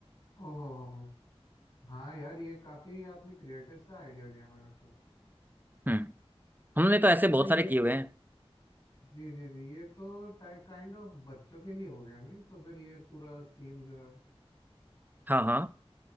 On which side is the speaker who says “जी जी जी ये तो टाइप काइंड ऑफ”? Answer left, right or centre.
Left